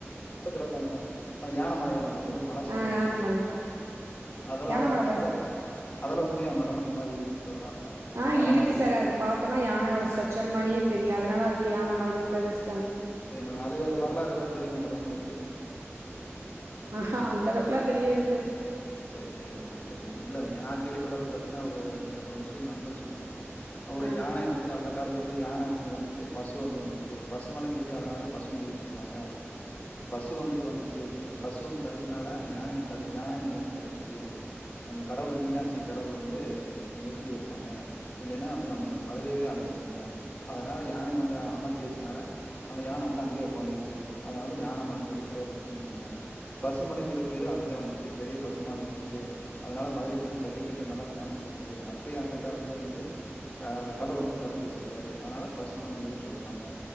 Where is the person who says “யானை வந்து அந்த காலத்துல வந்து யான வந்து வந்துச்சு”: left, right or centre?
Left